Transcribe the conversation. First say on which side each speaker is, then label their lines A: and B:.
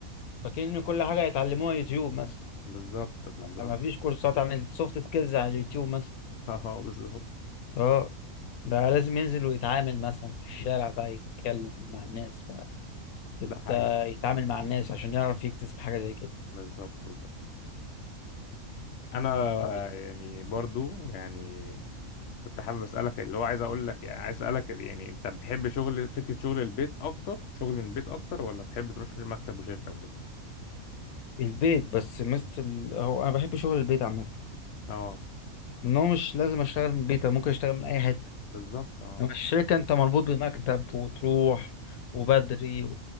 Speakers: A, on the left; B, on the left.
A: فاكرين ان كل حاجة هيتعلموها يوتيوب مثلا
B: بالظبط بالظبط
A: ما فيش كورسات عن السوفت سكيلز على اليوتيوب مثلا
B: <laughs> اه بالظبط
A: اه بقى لازم ينزل ويتعامل مثلا في الشارع بقى يتكلم مع الناس بقى
B: ده
A: يت-
B: حقيقي
A: يتعامل مع الناس عشان يعرف يكتسب حاجة زي كده
B: بالظبط بالظبط انا
A: طب
B: يعني برضو يعني كنت حابب اسالك اللي هو عايز اقول لك يعني عايز اسالك يعني انت بتحب شغل فكره شغل البيت اكتر شغل من البيت اكتر ولا تحب تروح مكتب وشركه وكده
A: البيت بس مثل هو انا بحب شغل البيت عامة
B: اه
A: ان هو مش لازم اشتغل من البيت أنا ممكن اشتغل من اي حتة
B: بالظبط اه
A: انما
B: مع-
A: الشركة انت مربوط بمكتب وتروح وبدري